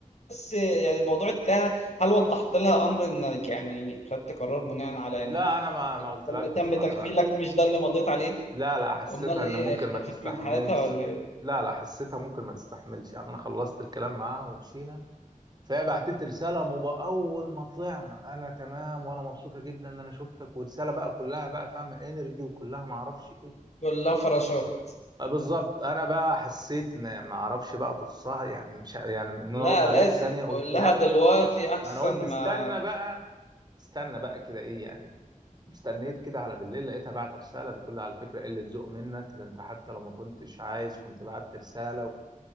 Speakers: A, on the left (about 55°); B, on the right (about 30°).
A: بس يعني الموضوع انتهى هل وضحت لها امر انك يعني خدت قرار بناء على يعني
B: لا انا ما ما قلتلهاش
A: تم
B: بصراحه
A: تم تغفيلك
B: انا
A: مش ده اللي مضيت عليه
B: لا لا حسيتها
A: امال ايه
B: ان ممكن
A: اختفيت
B: ما تستحملش
A: من حياتها ولا ايه
B: لا لا حسيتها ممكن ما تستحملش يعني انا خلصت الكلام معاها ومشينا فهي بعتت لي رساله مب... اول ما طلعنا انا تمام وانا مبسوطه جدا ان انا شفتك ورساله بقى كلها بقى فاهمه انرجي وكلها ما اعرفش ايه
A: تقول لها فراشات
B: آه، بالظبط انا بقى حسيت ان ما اعرفش بقى تصها يعني مش يعني ان
A: لا
B: انا ارد عليها
A: لازم
B: في ثانيه قلت
A: تقول لها
B: لا
A: دلوقتي احسن
B: ما انا قلت
A: ما
B: استنى بقى استنى بقى كده ايه يعني استنيت كده على بالليل لقيتها بعت رسالة بتقول لي على فكرة قلة ذوق منك ده انت حتى لو ما كنتش عايز كنت بعت رسالة